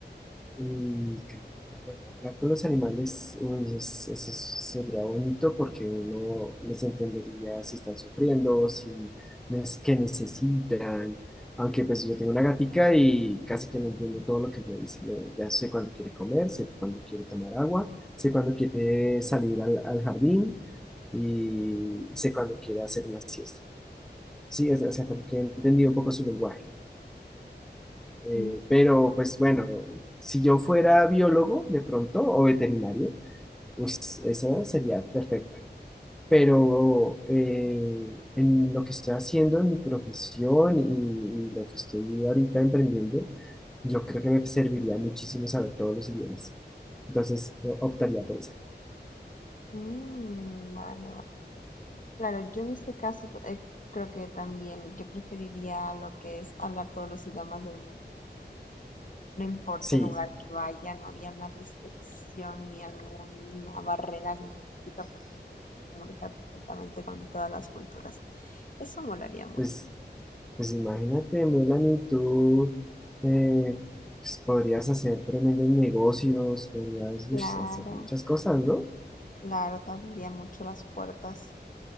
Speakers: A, in the centre; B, on the left (about 50°).
A: Y que, bueno, hablar con los animales, uy, es- eso es- sería bonito porque uno les entendería si están sufriendo, si es que necesitan. Aunque pues yo tengo una gatica y casi que no entiendo todo lo que me dice. Me- ya sé cuándo quiere comer, sé cuándo quiere tomar agua, sé cuándo quiere salir al, al jardín y, y sé cuándo quiere hacer una siesta. Sí, es- o sea, como que he entendido un poco su lenguaje. Eh,
B: Mm,
A: pero pues bueno, si yo fuera biólogo de pronto o veterinario, pues esa sería perfecta. Pero eh, en lo que estoy haciendo, en mi profesión y, y lo que estoy ahorita emprendiendo, yo creo que me serviría muchísimo saber todos los idiomas. Entonces, yo optaría por eso.
B: mm, vale, vale. Claro, yo en este caso eh, creo que también yo preferiría lo que es hablar todos los idiomas del mundo, porque así no importa
A: Sí,
B: el lugar que vaya, no había una restricción ni alguna barrera lingüística porque me puedo comunicar perfectamente con todas las culturas. Eso molaría mucho.
A: pues Pues imagínate, Melanie, tú eh, pues, podrías hacer tremendos negocios, podrías
B: Claro,
A: ush, hacer muchas cosas, ¿no?
B: claro, te abriría mucho las puertas.